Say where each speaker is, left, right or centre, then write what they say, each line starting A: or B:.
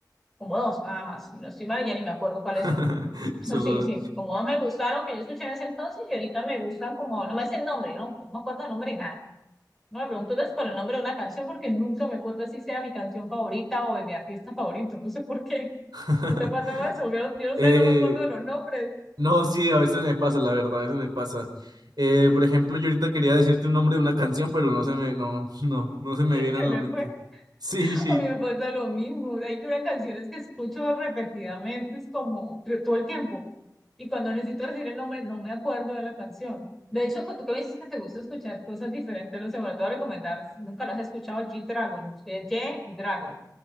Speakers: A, in the centre; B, on the right.
A: como dos nada más, y no estoy mal, ya ni me acuerdo cuáles
B: <laughs>
A: son
B: solo...
A: <laughs> Sí, sí, como no me gustaron que yo escuché en ese entonces y ahorita me gustan como, no me sé el nombre, ¿no? No me acuerdo el nombre de nada. No me pregunto entonces por el nombre de una canción porque nunca me acuerdo si sea mi canción favorita o de mi artista favorito, no sé por qué.
B: <laughs>
A: ¿Tú te pasaba eso? Yo, no- yo no sé,
B: Eh,
A: no me acuerdo de los nombres.
B: no, sí, a veces me pasa, la verdad, a veces me pasa. Eh, por ejemplo, yo ahorita quería decirte un nombre de una canción, pero no se me, no, <laughs> no, no se
A: <laughs>
B: me viene
A: Se
B: a la
A: me
B: mente.
A: fue.
B: Sí,
A: <laughs>
B: sí, sí.
A: A mí me pasa lo mismo. Hay que ver canciones que escucho repetidamente, es como todo el tiempo. Y cuando necesito decir el nombre, no me acuerdo de la canción. De hecho, cu- tú que me dices que te gusta escuchar cosas diferentes, no sé, bueno, te voy a recomendar, si nunca las has escuchado, G-Dragon, G-Dragon.